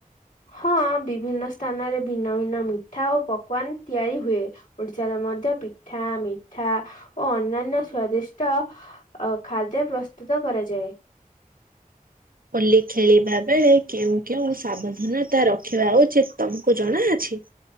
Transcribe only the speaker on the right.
ହୋଲି ଖେଳିବା ବେଳେ କେଉଁ କେଉଁ ସାବଧାନତା ରଖିବା ଉଚିତ୍ ତମ୍କୁ ଜଣାଅଛି?